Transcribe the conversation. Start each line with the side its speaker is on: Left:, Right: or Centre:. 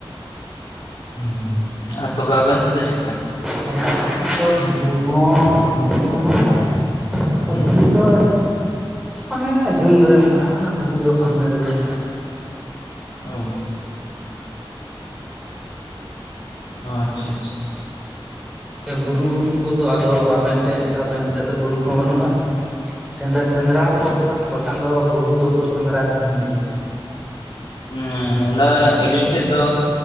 Left: ᱦᱩᱸ, ‌ ᱟᱨ ᱛᱚᱵᱮ ᱟᱵᱤᱱ ᱥᱮᱫ ᱫᱚ ᱪᱮᱫ ᱞᱮᱠᱟ?
Centre: ᱦᱮᱸ ᱟᱹᱞᱤᱧ ᱥᱮᱫ ᱫᱚ ᱵᱩᱨᱩ ᱦᱚᱸ ᱥᱟᱢᱱᱮ ᱜᱮ ᱢᱮᱱᱟᱜᱼᱟ ᱟᱨ
Left: ᱦᱩᱸ
Centre: ᱵᱤᱨ ᱫᱚ ᱢᱟᱱᱮ ᱡᱷᱟᱹᱞ ᱨᱮ ᱢᱮᱱᱟᱜᱼᱟ, ᱢᱟᱱᱮ ᱵᱩᱨᱩ ᱫᱚ ᱥᱟᱢᱱᱮ ᱨᱮᱜᱮ ᱢᱮᱱᱟᱜᱼᱟ᱾
Left: ᱚ <inaudible> ᱚ, ᱟᱪᱪᱷᱟ ᱟᱪᱪᱷᱟ᱾
Centre: ᱵᱩᱨᱩ ᱠᱚᱫᱚ ᱟᱫᱚ ᱟᱵᱮᱱ ᱴᱷᱮᱡ ᱟᱵᱮᱱ ᱥᱮᱫ ᱫᱚ ᱵᱩᱨᱩ ᱠᱚᱦᱚᱸ ᱵᱟᱹᱱᱩᱜᱼᱟ᱾ ᱥᱮᱸᱫᱮ ᱥᱮᱸᱫᱽᱨᱟ ᱠᱚ ᱵᱟᱠᱷᱟᱱ ᱫᱚ ᱵᱩᱨᱩ ᱫᱚᱠᱚ ᱥᱮᱸᱫᱽᱨᱟ ᱛᱟᱦᱮᱸᱱ ᱜᱮᱭᱟ᱾
Left: ᱦᱮᱸ ᱱᱚᱰᱮ ᱟᱹᱞᱤᱧ ᱴᱷᱮᱡ ᱫᱚ